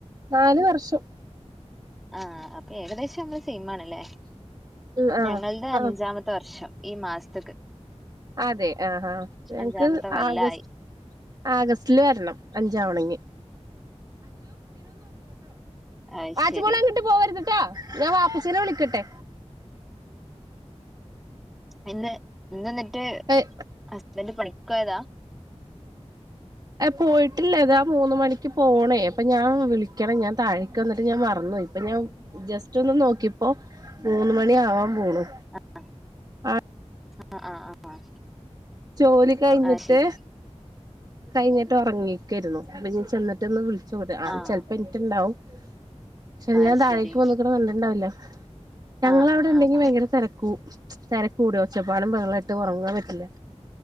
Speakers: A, on the right; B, in the centre.
A: നാല് വർഷം
B: ആ അപ്പൊ ഏകദേശം മ്മള് സെയിമാണല്ലേ
A: ഉം ആഹ്
B: ഞങ്ങൾടെ അഞ്ചാമ
A: ആഹ്
B: ത്ത് വർഷം ഈ മാസത്ത്ക്ക്
A: അതെ ആഹാ ഞങ്ങക്ക്
B: അഞ്ചാമത്തെ കൊല്ലായി
A: ആഗസ് ആഗസ്റ്റില് വരണം അഞ്ചാവണെങ്കി
B: അത്
A: വാച്ചിമോളെ
B: ശരി
A: അങ്ങട്ട് പോവരുത്ട്ടോ ഞാൻ വാപ്പച്ചീനെ വിളിക്കട്ടെ
B: ഇന്ന് ഇന്നന്നിട്ട്
A: എയ്
B: ഹസ്ബന്റ് പണിക്ക് പോയതാ
A: പോയിട്ടില്ല താ മൂന്ന് മണിക്ക് പോണേ അപ്പൊ ഞാൻ വിളിക്കണം ഞാൻ താഴേക്ക് വന്നിട്ട് ഞാൻ മറന്നു പോയി ഇപ്പൊ ഞാൻ ജസ്റ്റ് ഒന്ന് നോക്കിപ്പോ മൂന്ന് മണി ആവാൻ പോണു
B: ആഹ്
A: ആ
B: ആഹ് ആഹ് ആഹ് ആഹ്
A: ജോലി കഴിഞ്ഞിട്ട്
B: അത് ശരി
A: കഴിഞ്ഞിട്ടൊറങ്ങിക്കാരുന്നു ഇനി ചെന്നിട്ടൊന്ന് വിളി സുഹ്ത്ത് ആൾ
B: ആഹ്
A: ചെലപ്പോ നിക്കിണ്ടാവും പക്ഷേ
B: അത്
A: ഞാൻ താഴേക്ക്
B: ശരി
A: പോവുന്നസം കണ്ടിണ്ടാവില്ല ഞങ്ങളവിടെ
B: ആഹ് ആഹ്
A: ഇണ്ടെങ്കി
B: ആഹ്
A: ഭയങ്കര തെരക്കു തെരക്കുകൂട്ടും ഒച്ചപ്പാടും ബഹളായിട്ട് ഒറങ്ങാൻ പറ്റില്ല